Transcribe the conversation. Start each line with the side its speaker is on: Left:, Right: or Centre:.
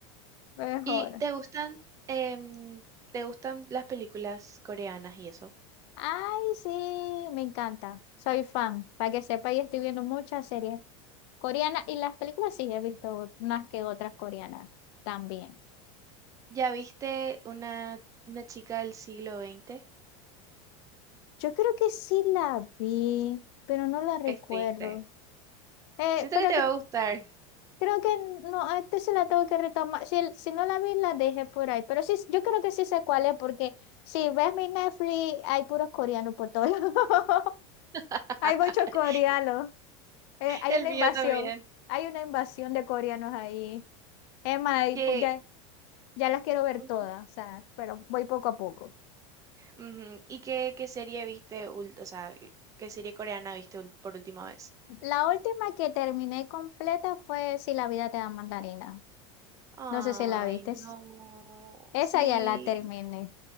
Left: mejor.
Right: ¿Y te gustan, em, te gustan las películas coreanas y eso?
Left: Ay, sí, me encanta. Soy fan. Para que sepa, y estoy viendo muchas series coreanas y las películas sí he visto más que otras coreanas también.
Right: ¿Ya viste una, una chica del siglo veinte
Left: Yo creo que sí la vi, pero no la recuerdo.
Right: Es triste.
Left: Eh,
Right: Siento
Left: pero
Right: que te
Left: cre-
Right: va a gustar.
Left: creo que no, a este se la tengo que retomar. Si, el- si no la vi, la dejé por ahí. Pero sí, yo creo que sí sé cuál es, porque si ves mi Netflix, hay puros coreanos por todos lados. <laughs>
Right: <laughs>
Left: Hay muchos coreanos. Eh, hay
Right: El
Left: una
Right: mío
Left: invasión.
Right: también.
Left: Hay una invasión de coreanos ahí. Emma, y
Right: Que
Left: pu- ya, ya las quiero ver
Right: Ujú.
Left: todas, o sea, pero voy poco a poco.
Right: Ujú. ¿Y qué, qué serie viste, ult- o sea, qué serie coreana viste ul- por última vez?
Left: La última que terminé completa fue Si la vida te da mandarina.
Right: Ay,
Left: No sé si la viste.
Right: no,
Left: Esa
Right: sí,
Left: ya la terminé.